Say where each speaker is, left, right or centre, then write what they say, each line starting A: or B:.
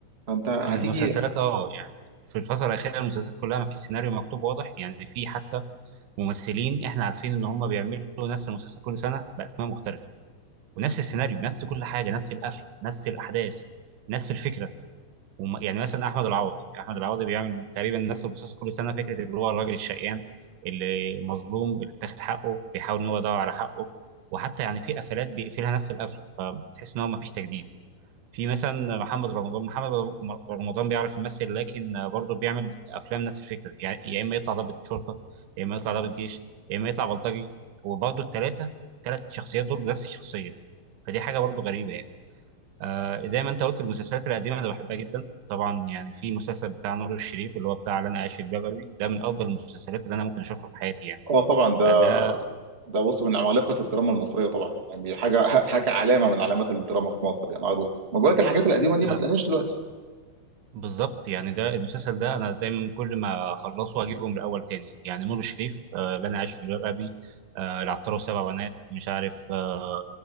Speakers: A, on the right (about 55°); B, on the right (about 75°).
A: فانت هتيجي
B: المسلسلات اه يعني في الفتره الاخيره المسلسلات كلها ما فيش سيناريو مكتوب واضح يعني في حتى ممثلين احنا عارفين ان هم بيعملوا نفس المسلسل كل سنه باسماء مختلفه ونفس السيناريو نفس كل حاجه نفس القفله نفس الاحداث نفس الفكره وم- يعني مثلا احمد العوضي احمد العوضي بيعمل تقريبا نفس البصاصه كل سنه فكره اللي هو الراجل الشقيان اللي مظلوم اللي اتاخد حقه بيحاول ان هو يدور على حقه وحتى يعني في قفلات بيقفلها نفس القفله فتحس ان هو ما فيش تجديد في مثلا محمد رمضان محمد رم- رمضان بيعرف يمثل لكن برضه بيعمل افلام نفس الفكره يعني يا اما يطلع ضابط شرطه يا اما يطلع ضابط جيش يا اما يطلع بلطجي وبرضه الثلاثه الثلاث شخصيات دول بنفس الشخصيه فدي حاجه برضه غريبه يعني آه، زي ما انت قلت المسلسلات القديمه انا بحبها جدا طبعا يعني في مسلسل بتاع نور الشريف اللي هو بتاع اللي انا عايش في جلباب ابي ده من افضل المسلسلات اللي انا ممكن اشوفها في حياتي يعني
A: اه طبعا ده
B: آه، ده
A: ده بص من عمالقه الدراما المصريه طبعا يعني دي حاجه حاجه علامه من علامات الدراما في مصر يعني معروف ما بقولك الحاجات القديمه دي
B: آه،
A: ما تلاقيهاش دلوقتي
B: بالظبط يعني ده المسلسل ده انا دايما كل ما اخلصه اجيبه من الاول تاني يعني نور الشريف آه، اللي انا عايش في جلباب ابي آه، العطار وسبع بنات مش عارف آه،